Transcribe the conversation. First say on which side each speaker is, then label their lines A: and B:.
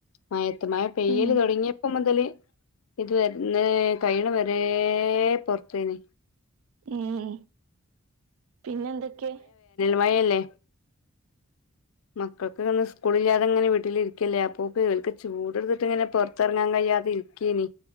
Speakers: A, on the left (about 70°); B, on the right (about 70°).
A: മഴ മഴ പെയ്യല്
B: ഉം
A: തുടങ്ങിപ്പ മൊതല് ഇത് ഇന്നലേ കഴിയണ വെരെ പൊറത്തേനി
B: ഉം പിന്നെന്തൊക്കെ
A: മഴല്ലെ മക്കൾക്കിന്ന് സ്കൂളില്ലാതെങ്ങനെ വീട്ടിലിരിക്കല്ലേ അപ്പോ <unintelligible> ചൂട് എടുത്തിട്ടിങ്ങനെ പൊറത്തിറങ്ങാൻ കഴിയാതെ ഇരിക്കേനി,